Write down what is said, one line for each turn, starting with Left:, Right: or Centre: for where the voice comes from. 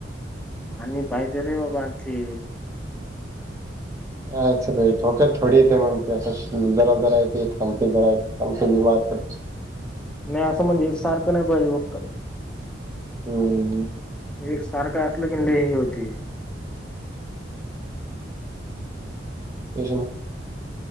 Centre: आणि पाहिजे रे बाबा आणखी
Right: अच्छा भे ठोक थोडी येते म्हणते अस जरा जरा येते थांबते जरा य थांबते बीमार कर.
Centre: नाही असं म्हणजे एक सारखं नाही पाहिजे फक्त.
Right: हम्म.
Centre: एक सारखं असलं की लेही होती.
Right: तेच न.